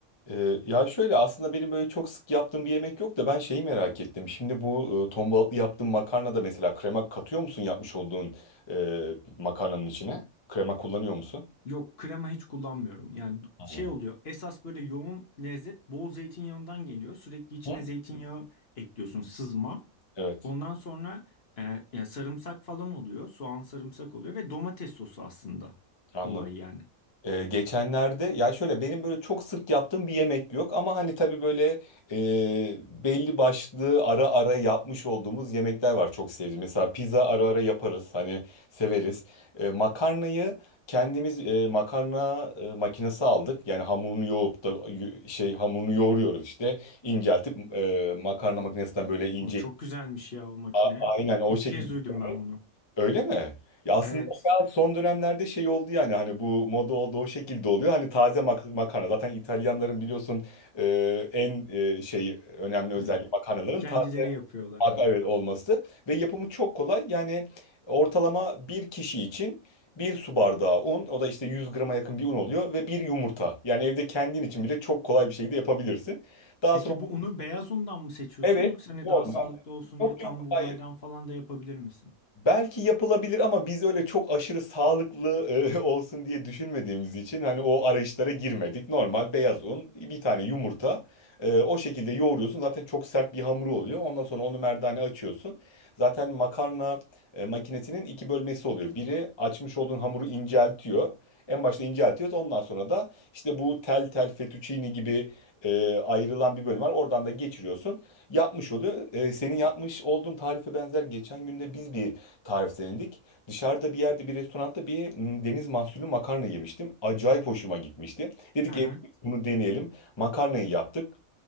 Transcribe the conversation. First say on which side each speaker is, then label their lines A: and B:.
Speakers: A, on the left (about 25°); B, on the left (about 50°).
A: Ee, ya şöyle aslında benim böyle çok sık yaptığım bir yemek yok da ben şeyi merak ettim. Şimdi bu e, ton balıklı yaptığın makarna da mesela krema katıyor musun yapmış olduğun e, makarnanın içine? Krema kullanıyor musun?
B: Yok krema hiç kullanmıyorum. Yani
A: Hı?
B: şey oluyor. Esas böyle yoğun lezzet bol zeytinyağından geliyor. Sürekli içine
A: Hı?
B: zeytinyağı ekliyorsun sızma.
A: Evet,
B: Ondan sonra e, ya sarımsak falan oluyor. Soğan sarımsak oluyor ve domates sosu aslında
A: anladım.
B: olay yani.
A: Ee, geçenlerde ya şöyle benim böyle çok sık yaptığım bir yemek yok ama hani tabii böyle e, belli başlı ara ara yapmış olduğumuz yemekler var çok sevdiğim. Mesela pizza ara ara yaparız hani severiz. E, makarnayı kendimiz e, makarna e, makinesi aldık. Yani hamurunu yoğurup da y- şey hamurunu yoğuruyoruz işte inceltip e, makarna makinesinden böyle ince
B: O çok güzelmiş ya o makine.
A: A- aynen o
B: İlk
A: şekilde
B: kez duydum ben bunu.
A: Öyle mi? Ya aslında
B: Evet.
A: o biraz son dönemlerde şey oldu yani hani bu moda oldu o şekilde oluyor. Hani taze mak- makarna zaten İtalyanların biliyorsun e, en e, şey önemli özelliği
B: Evet.
A: makarnaların
B: Kendileri
A: taze
B: yapıyorlar.
A: mak evet olması ve yapımı çok kolay. Yani ortalama bir kişi için bir su bardağı un o da işte 100 grama yakın bir un oluyor ve bir yumurta. Yani evde kendin için bile çok kolay bir şekilde yapabilirsin. Daha
B: Peki
A: sonra
B: bu unu beyaz undan mı seçiyorsun
A: evet
B: yoksa hani
A: normal
B: daha sağlıklı olsun
A: yok
B: diye tam
A: yok
B: buğdaydan
A: hayır.
B: falan da yapabilir misin?
A: Belki yapılabilir ama biz öyle çok aşırı sağlıklı e, <laughs> olsun diye düşünmediğimiz için hani o arayışlara girmedik. Normal beyaz un, bir tane yumurta. e, o şekilde yoğuruyorsun. Zaten çok sert bir hamuru oluyor. Ondan sonra onu merdane açıyorsun. Zaten makarna e, makinesinin iki bölmesi oluyor. Biri açmış olduğun hamuru inceltiyor. En başta inceltiyoruz. Ondan sonra da işte bu tel tel fettuccine gibi e, ayrılan bir bölüm var. Oradan da geçiriyorsun. Yapmış oluyor. E, senin yapmış olduğun tarife benzer geçen günde biz bir tariflendik. Dışarıda bir yerde bir restoranda bir m, deniz mahsulü makarna yemiştim. Acayip hoşuma gitmişti. Dedik
B: Hı
A: evde
B: hı.
A: biz bunu deneyelim. Makarnayı yaptık.